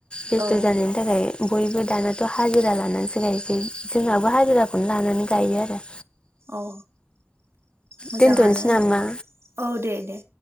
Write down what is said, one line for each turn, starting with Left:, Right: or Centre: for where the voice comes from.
Left: जस'
Right: औ
Left: जानायनि थाखाय <inaudible> बयबो दानाथ' हाजिरा लानानैसो गायनोसै जोंहाबो हाजिराखौनो लानानै गायो आरो।
Right: औ। मोजाङानो
Left: दोनथ'नोसै नामा
Right: औ दे दे।